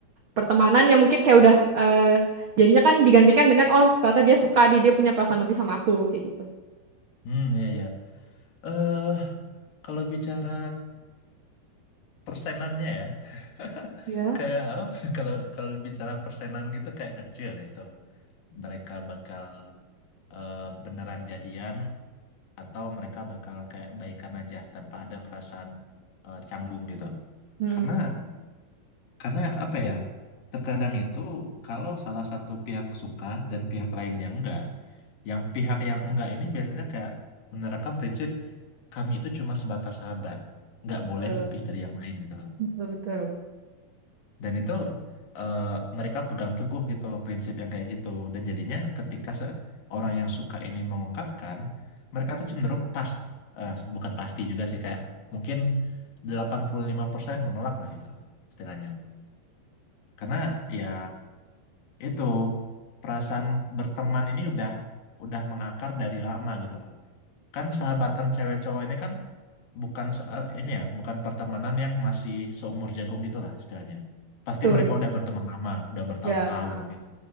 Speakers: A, on the right; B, on the left.
A: pertemanan yang mungkin kayak udah eh, jadinya kan digantikan dengan oh ternyata dia suka dia dia punya perasaan lebih sama aku kayak gitu.
B: Hmm, iya iya eh kalau bicara persenannya ya <laughs>
A: Ya.
B: kayak eh, <laughs> kalau kalau bicara persenan gitu kayak kecil ya itu mereka bakal eh, beneran jadian atau mereka bakal kayak baikan aja tanpa ada perasaan eh, canggung gitu
A: Hmm.
B: karena Karena apa ya? Terkadang itu kalau salah satu pihak suka dan pihak lainnya enggak, yang pihak yang enggak ini biasanya kayak menerapkan prinsip kami itu cuma sebatas sahabat, nggak boleh
A: Betul,
B: lebih dari yang lain gitu loh.
A: betul, betul.
B: Dan itu eh, mereka pegang teguh gitu prinsip yang kayak gitu. Dan jadinya ketika se- orang yang suka ini mengungkapkan, mereka tuh cenderung pas eh, bukan pasti juga sih kayak mungkin 85% menolak lah gitu loh, istilahnya. Karena ya itu perasaan berteman ini udah udah mengakar dari lama gitu loh. Kan sahabatan cewek cowok ini kan bukan se- eh, ini ya, bukan pertemanan yang masih seumur jagung gitu lah istilahnya. Pasti
A: Betul,
B: mereka udah berteman lama, udah bertahun-tahun
A: ya. ah.
B: gitu.